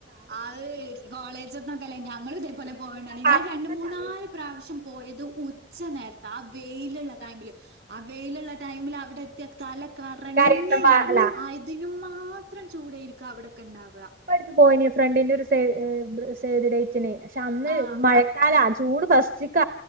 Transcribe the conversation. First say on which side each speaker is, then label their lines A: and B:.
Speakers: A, on the right; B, on the right.
A: <unintelligible> കോളേജ് ന്നൊക്കെല്ലേ ഞങ്ങൾ ഇതേപോലെ പോവണ്ടയിന്നു
B: കറുത്ത
A: ഞാൻ രണ്ട് മൂന്നാൽ.
B: ചളിയേനി.
A: പ്രാവശ്യം പോയത് ഉച്ച നേരത്താ ആ വെയിലുള്ള ടൈമില്. <unintelligible> വെയിലുള്ള ടൈമിൽ അവിടെ <unintelligible> <unintelligible> തല കറങ്ങി
B: കാര്യായിട്ട
A: വീഴും
B: അല്ല
A: ആയതിനും മാത്രം ചൂടായിരിക്കും അവിടൊക്കെ ണ്ടാവ.
B: <unintelligible> ഫ്രണ്ടിന്റെ ഒരു <unintelligible> സേവ് ദി ഡേറ്റിന് പഷേ അന്ന്
A: ആഹ്
B: <unintelligible> <unintelligible> ചൂട് ഫസ്റ്റ്ക്ക.